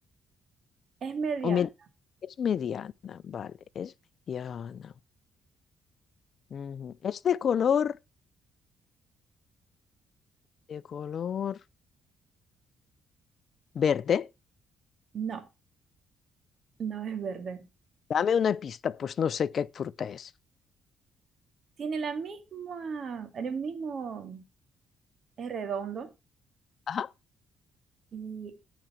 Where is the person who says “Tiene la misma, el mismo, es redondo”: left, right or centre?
Right